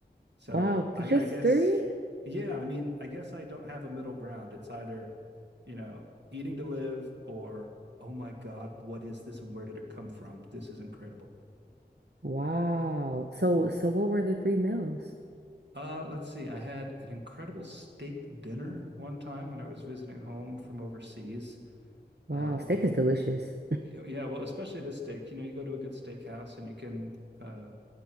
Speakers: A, on the right; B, on the right.
A: So
B: Wow,
A: I,
B: just
A: I guess,
B: three?
A: yeah, I mean, I guess I don't have a middle ground. It's either, you know, eating to live or, oh my God, what is this and where did it come from? This is incredible.
B: Wow. So so what were the three meals?
A: Uh, let's see. I had an incredible steak dinner one time when I was visiting home from overseas.
B: Wow,
A: Uh,
B: steak is delicious.
A: Yeah, well, especially this steak. You know, you go to a good steakhouse and you can uh,